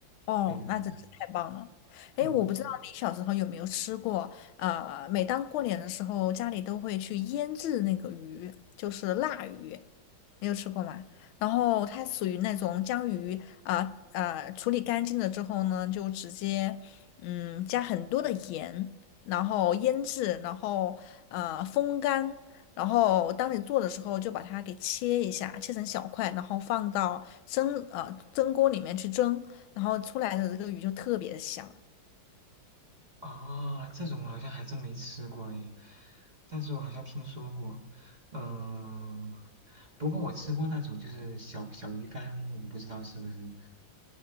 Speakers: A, on the left; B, on the right.
A: 哦，
B: 对的对的，
A: 那真是太棒了。哎，
B: 嗯
A: 我不知道你小时候有没有吃过，呃，每当过年的时候，家里都会去腌制那个鱼，就是腊鱼，你有吃过吗？然后它属于那种将鱼啊啊、处理干净了之后呢，就直接嗯加很多的盐，然后腌制，然后呃风干。然后当你做的时候，就把它给切一下，切成小块，然后放到蒸呃蒸锅里面去蒸，然后出来的这个鱼就特别香。
B: 啊，这种我好像还真没吃过诶，但是我好像听说过，嗯，不过我吃过那种就是小小鱼干，我不知道是不是，